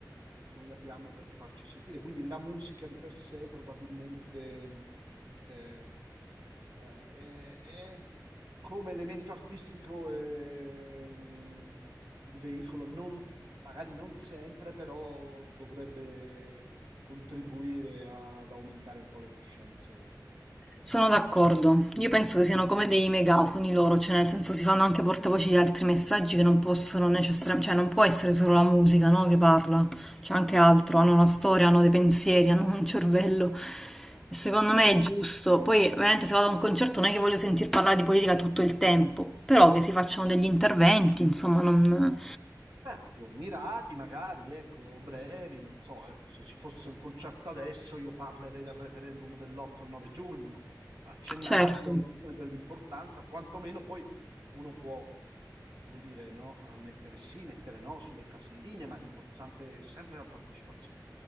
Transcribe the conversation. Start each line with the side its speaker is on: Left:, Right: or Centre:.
Right: noi abbiamo per farci sentire. Quindi la musica di per sé probabilmente eh, eh, è- è come elemento artistico è un un veicolo, non- magari non sempre, però dovrebbe contribuire ad aumentare un po' le coscienze
Centre: Sono
Right: quindi,
Centre: d'accordo. Io penso che siano come dei megafoni loro, cioè nel senso si fanno anche portavoci di altri messaggi che non possono necessariamente, cioè non può essere solo la musica, no, che parla, c'è anche altro, hanno una storia, hanno dei pensieri, <laughs> hanno un cervello. E secondo me
Right: Certo,
Centre: è giusto. Poi, ovviamente, se vado a un concerto non è che voglio sentir parlare di politica tutto il tempo, però che si facciano degli interventi, insomma, non...
Right: certo, mirati magari, ecco, brevi, non so, ecco, se ci fosse un concerto adesso io parlerei del referendum dell'8 e 9 giugno, accennarlo,
Centre: Certo,
Right: insomma, dell'importanza, quantomeno poi uno può, come dire, no, eh, mettere sì, mettere no sulle caselline, ma l'importante è sempre la partecipazione.